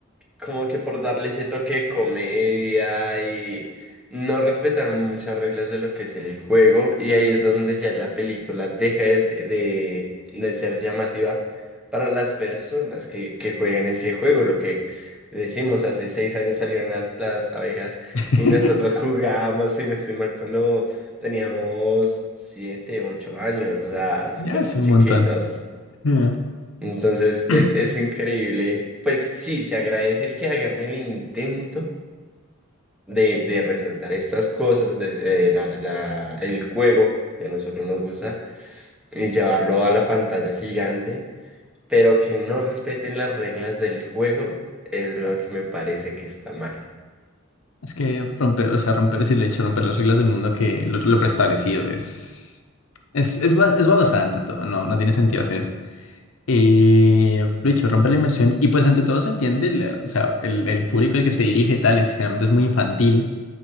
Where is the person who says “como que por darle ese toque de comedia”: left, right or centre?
Centre